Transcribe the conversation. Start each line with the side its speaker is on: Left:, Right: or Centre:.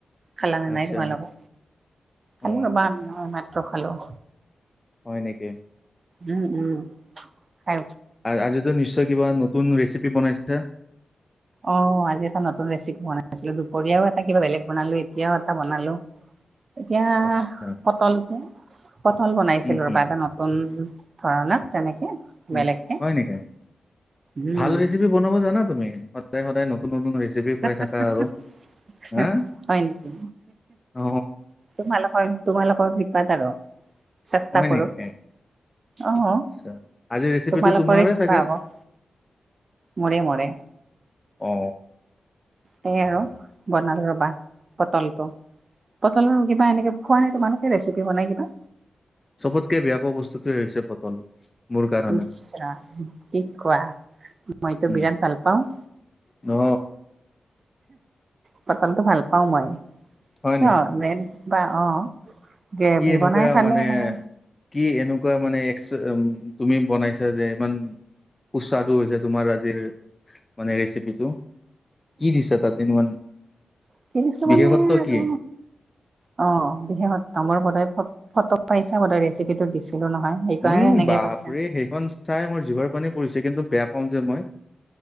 Right: খালা নে
Left: আচ্ছা
Right: নাই তোমালোকে খালো
Left: অ
Right: ৰ'বা আমি হয় ভাত মাত্ৰ খালোঁ।
Left: হয় নেকি?
Right: উম উম খাই।
Left: আজিতো নিশ্চয় কিবা নতুন ৰেচিপি বনাইছা?
Right: অ আজি এটা নতুন ৰেচিপি বনাইছিলো দুপৰীয়াও এটা কিবা বেলেগ বনালো এতিয়াও এটা বনালো। <inaudible> এতিয়া
Left: আচ্ছা
Right: পটল পটল বনাইছিলো
Left: উম হম
Right: ৰবা এটা নতুন। ধৰণাক তেনেকে।
Left: উ
Right: বেলেগকে
Left: হয় নেকি
Right: উম
Left: ভাল ৰেচিপি বনাব জানা তুমি সদায় সদায় নতুন নতুন ৰেচিপি। খুৱাই
Right: হয়
Left: থাকা আৰু হা
Right: নেকি।
Left: অ
Right: তোমালোকৰ তোমালোকৰ ভৃপাদাৰ চেষ্টা
Left: হয়
Right: কৰো।
Left: নেকি
Right: অ
Left: আচ্ছা আজি ৰেচিপিটো
Right: তোমালোকৰে
Left: তোমাৰে
Right: কৃপা
Left: চাগে
Right: আক। মৰে মৰে।
Left: অ
Right: সেয়ে আৰু বনালো ৰবা পটলটো। পটলৰ কিবা এনেকে খোৱা নাই তোমালোকে ৰেচিপি বনাই কিবা।
Left: চবতকে বেয়া পোৱা বস্তুটোৱে হৈছে পটল। মোৰ কাৰণে
Right: ইছ ৰাম কি কোৱা মইতো
Left: উম,
Right: বিৰাট ভাল পাওঁ।
Left: অ।
Right: পটলটো ভাল পাও মই
Left: হয়
Right: কিয়
Left: নেকি
Right: বে বা অ অ গেভি
Left: কি এনেকুৱা
Right: বনাই খালে
Left: মানে
Right: নে
Left: কি এনেকুৱা মানে এক তুমি বনাইছা যে ইমান সুস্বাদু হৈছে তোমাৰ আজিৰ মানে ৰেচিপিটো। কি দিছে তাত ইমান
Right: কিনিছো মানে
Left: বিশেষত্ব
Right: আৰু
Left: কি?
Right: অ বিশেষত্ব মোৰ ফটো পাইছা বানোৱা ৰেচিপিটো দি ছিলো নহয় সেইকাৰণে
Left: উম
Right: সেনেকে
Left: বাপৰে
Right: পাইছা
Left: সেইখন চাই মোৰ জিভৰ পানী পৰিছে কিন্তু বেয়া পাওঁ যে মই